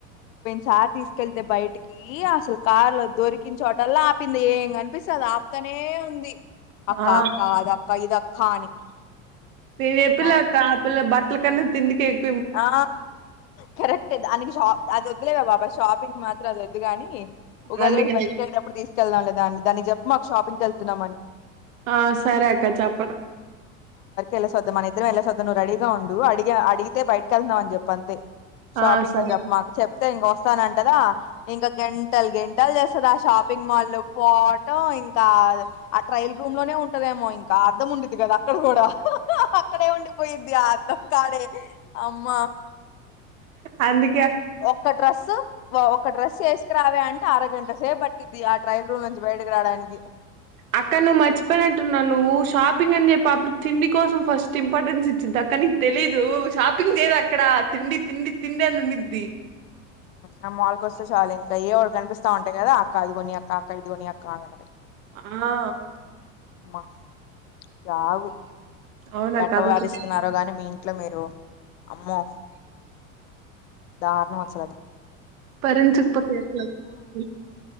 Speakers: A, on the left (about 75°); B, on the right (about 80°).
A: షాపింగ్ కెళ్తే బయటికి అసలు కార్ లో దొరికి చోటల్లా అప్ ఆపింది ఏం కనిపిస్తే అది ఆప్తనే ఉంది అక్క
B: ఆ
A: అక్క అదక్క ఇదక్క అని
B: నే
A: అమ్మా
B: పిల్ల కా పల్ల బట్టల కన్నా తిండి కే అక్
A: ఆ కరెక్ట్ దనకి షాప్ అది వద్దులేవే బాబా షాపింగ్ మాత్రం అది ఒద్దు గాని ఉగాది
B: అందుకే
A: వరకు బైటికెళ్ళేటప్పుడు తీసుకెళ్దాం లే గాని దాన్ని దానికి మాకు షాపింగ్కి వెళ్తున్నామని
B: ఆ సరే అక్క చెప్పను
A: ఎల్లేసోద్దం మన ఇద్దంఎల్లేసోద్దంనువు రెడీ గ ఉండు అడిడిగితే బయటకి వెళ్తున్నావుని చెప్ప అంతే షాపింగ్
B: ఆ సరే
A: అని చెప్ప మాకు చెప్తే ఇంగ వస్తానంటదా ఇంకా గంటలు గంటలు చేస్తదా షాపింగ్ షాపింగ్ మాల్ పోట ఇంకా ఆ ట్రయల్ రూమ్ లోనే ఉంటదేమో ఇంకా అద్ధం ఉండిద్ది గదా అక్కడ కూడా అక్కడే ఉండిపోయిద్ది అద్దం కాడే అమ్మ
B: అందు
A: ఒకక్క డ్రెస్ ఒక డ్రెస్ ఎసుకురావే అంటే అరగంట సేప్ బట్టింది ఇది ఆ ట్రయల్ రూమ్ నుంచి చాబాయటకు రావడానికి
B: అక్క ను మర్చిపోనంటవ్ నువ్వు షాప్ షాపింగ్ అని చెప్ప తిడి కోసం ఫస్ట్ ఇంపార్టెన్స్ ఇచ్చింది అక్క నీకు తెలీదు షాపింగ్ చేయదు అక్కడ తిండి తిండి తిండి నుండింది
A: మ్ మాల్కి వస్త చాలు ఇంకా వాళ్ళ కనిపిస్తా ఉంటయి కదా అక్క అదిగొని అక్క అక్క ఇదిగొని అక్క కా
B: అన్న
A: మా చావు
B: అవునక్క
A: ఎట్టవారిస్తున్నారో
B: అప్పుడు
A: గాని మీ ఇట్ల మీరు అమ్మో దారుణం అసలది
B: భరించకపోతే ఎట్లా చెప్పు